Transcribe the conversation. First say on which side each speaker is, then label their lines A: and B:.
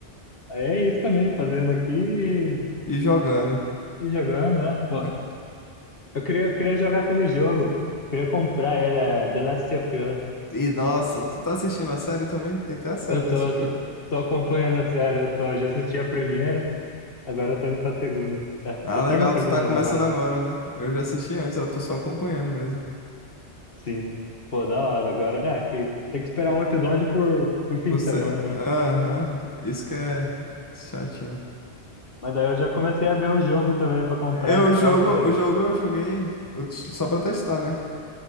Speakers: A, on the left; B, on the left.
A: aí é isso também, fazendo aqui e,
B: E jogando.
A: e jogando, né? Pô,
B: <laughs>
A: eu queria, eu queria jogar aquele jogo, queria comprar ele, é The Last of Us.
B: E nossa, tu tá assistindo a série também? Tem até a série
A: Eu
B: desse
A: tô,
B: jogo.
A: tô, tô acompanhando a série, eu tô, já assisti a primeira. Agora eu tô indo pra segunda. É,
B: Ah,
A: só
B: legal,
A: tô na segunda,
B: tu tá começando
A: né, agora?
B: agora, né? Eu já assisti antes, eu tô só acompanhando mesmo.
A: Sim. Pô, da hora. Agora, é, que tem que esperar um episódio por, por fim
B: Por
A: de
B: ser-
A: semana, né?
B: Aham, isso que é chatinho.
A: Mas daí eu já comecei a ver o jogo também pra comprar,
B: Eu
A: se
B: jogo,
A: pá, pô.
B: o jogo eu joguei eu t- só pra testar, né?